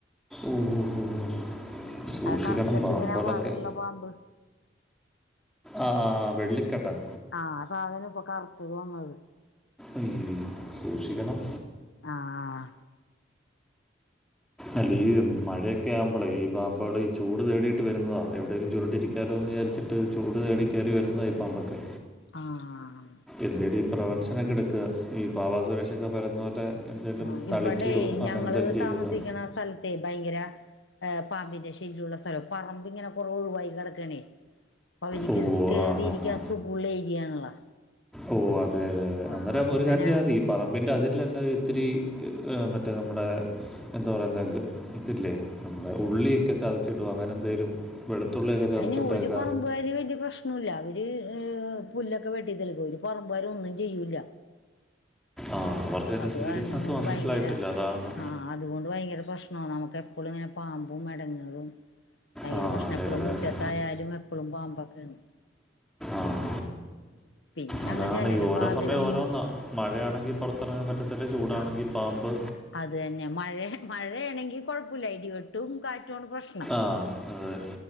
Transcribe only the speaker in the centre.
ഉം ഉം ഉം സൂക്ഷിക്കണം
പാമ്പുകളൊക്കെ
ആഹ് ആഹ് വെള്ളിക്കെട്ടൻ
ഉം സൂക്ഷിക്കണം
അല്ലേ ഈ മഴയൊക്കെ ആവുമ്പളേ ഈ പാമ്പുകള് ഈ ചൂട് തേടിയിട്ട് വരുന്നതാ എവിടെങ്കിലും ചുരുണ്ടിരിക്കാലോന്ന് വിചാരിച്ചിട്ട് ചൂട് തേടി കയറി വരുന്നതാ ഈ പാമ്പൊക്കെ
എന്തേലും ഈ പ്രൊവൻഷനൊക്കെ എടുക്ക് ഈ ബാബാ സുരേഷൊക്കെ പറയുന്നത് പോലെ എന്തേലും
തളിക്കുകയോ
അങ്ങനെ
എന്തേലും ചെയ്തിട്ടാ
ഓ
ആ ഹാ ഹാ
ഓ അതെ അതെ അതെ
അന്നേരം അങ്ങ്
ഒരു കാര്യം ചെയ്താൽ മതി പറമ്പിന്റെ അതിരിലെല്ലാം ഇത്തിരി ഏ മറ്റേ നമ്മടെ എന്താ പറയുന്നെ ഗ ഇതില്ലേ നമ്മുടെ ഉള്ളിയൊക്കെ ചതച്ചിടുവോ അങ്ങനെ എന്തേലും വെളുത്തുള്ളിയൊക്കെ ചതച്ചിട്ടേക്ക
ആഹ് അവർക്ക് അതിന്റെ
സീരിയസനസ്സ്
മനസ്സിലായിട്ടില്ല
അതാണ്
ആ
അതെ
അതെ
അതെ
ആഹ്
അതാണ്
ഈ ഓരോ
സമയം ഓരോന്നാ മഴയാണെങ്കിൽ പുറത്തിറങ്ങാൻ പറ്റത്തില്ല ചൂടാണെങ്കിൽ
പാമ്പ്
ആഹ് അതെ